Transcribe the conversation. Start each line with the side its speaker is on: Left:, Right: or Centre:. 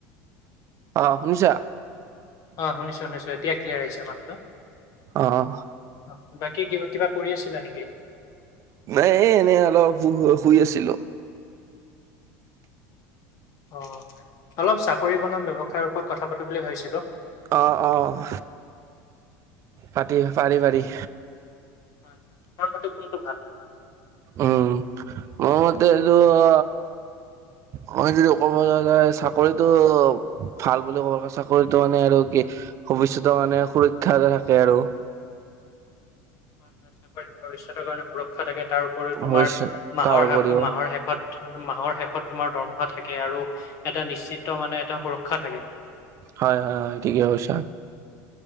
Right: অহ শুনিছা
Left: অ শুনিছো শুনিছো এতিয়া ক্লিয়াৰ আহিছে মাতটো
Right: অহ
Left: অ বাকী কিবা কিবা কৰি আছিলা নিকি
Right: নাই এ এনেই অলপ শু শুই আছিলো
Left: অ অলপ চাকৰি বনাম ব্যৱসায়ৰ ওপৰত কথা পাটো বুলি ভাবিছিলো
Right: অ অঁ পাতি পাৰি পাৰি
Left: হয় হয় তোমাৰ মতে কোনটো ভাল
Right: উম মোৰ মতে তো অ মই যদি কবলে যাও চাকৰিটো ভাল বুলি কম চাকৰিটো মানে আৰু কি ভৱিষ্যতৰ মানে সুৰক্ষা এটা থাকে আৰু
Left: <inaudible> <unintelligible> ভৱিষ্যতৰ কাৰণে সুৰক্ষা থাকে। তাৰ উপৰিও তোমাৰ
Right: ভৱিষ্যত
Left: মাহৰ
Right: তাৰ উপৰিও
Left: শেষ মাহৰ শেষত মাহৰ শেষত তোমাৰ দৰমহা থাকে আৰু এটা নিশ্চিত মানে এটা সুৰক্ষা থাকে।
Right: হয়-হয়-হয় ঠিকে কৈছা।